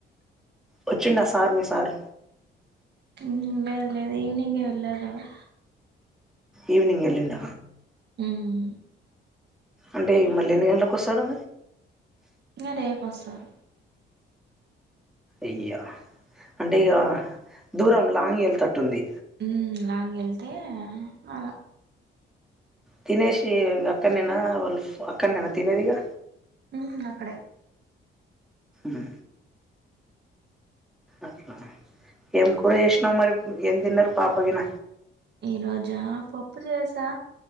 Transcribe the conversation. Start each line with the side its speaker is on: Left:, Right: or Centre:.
Centre: వచ్చిండ సార్ మీ సార్
Right: హుమ్ లేదు లేదు ఈవనింగే వెళ్ళారు కదా
Centre: ఈవనింగ్ ఎల్లిండ
Right: హుమ్
Centre: అంటే మల్ ఎన్ని గంటలకు వస్తాడు
Right: ఇగ రేపోస్తరు
Centre: అయ్యో అంటే ఇగ దూరం లాంగ్ వెల్తట్టు ఉంది
Right: మ్ లంగెళ్తే అలా
Centre: తినేసి ఇ అక్కనేనా వాళ్ళు అక్కనేదిగా
Right: మ్ అక్కడే
Centre: మ్ అట్లానఏం కూర చేసినావు మరి ఏం తిన్నారు పాప గిన
Right: ఈ రోజా పప్పు చేసా